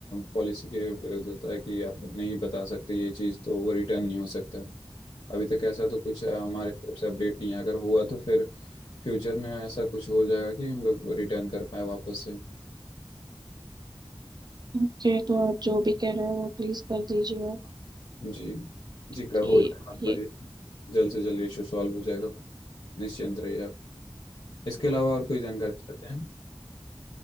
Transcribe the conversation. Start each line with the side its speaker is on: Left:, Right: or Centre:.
Left: पॉलिसी के विरुद्ध होता है कि आप नहीं बता सकते ये चीज़ तो वो रिटर्न नहीं हो सकता है। अभी तक ऐसा तो कुछ अ, हमारे तरफ से अपडेट नहीं है अगर हुआ तो फिर फ्यूचर में ऐसा कुछ हो जाएगा कि हम लोग रिटर्न कर पाए वापस से
Right: ओके तो आप जो भी कह रहे हो वो प्लीज कर दीजिए
Left: जी जी
Right: कि
Left: कर हो आपका
Right: ये
Left: ये जल्द से जल्द इशू सॉल्व हो जाएगा निश्चिंत रहिए आप इसके अलावा और कोई जानकारी चाहते हैं